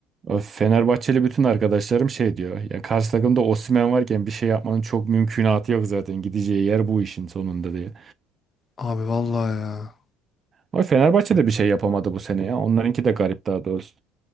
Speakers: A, on the right; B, on the left.
A: Fenerbahçeli bütün arkadaşlarım şey diyor. Ya karşı takımda Osimhen varken bir şey yapmanın çok mümkünatı yok zaten. Gideceği yer bu işin sonunda diye.
B: Abi vallahi ya.
A: Ama Fenerbahçe de bir şey yapamadı bu sene ya. Onlarınki de garip daha doğrusu.